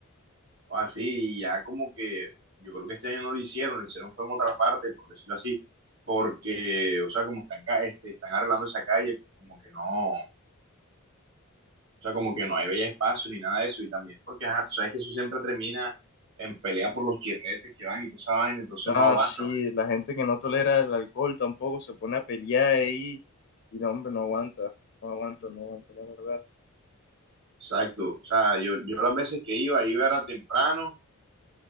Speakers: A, on the right; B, on the left.
A: o así, y ya como que yo creo que este año no lo hicieron, lo hicieron fue en otra parte, por decirlo así, porque, o sea, como están, ca- este, están arreglando esa calle, pues como que no, o sea, como que no hay bella espacio ni nada de eso, y también porque, ajá, tú sabes que eso siempre termina en pelea por los chirretes que van y tú sabes, entonces
B: Ah,
A: no aguantan.
B: sí, la gente que no tolera el alcohol tampoco se pone a pelear ahí y no, hombre, no aguanta, no aguanta, no aguanta, la verdad.
A: Exacto, o sea, yo, yo las veces que iba, iba era temprano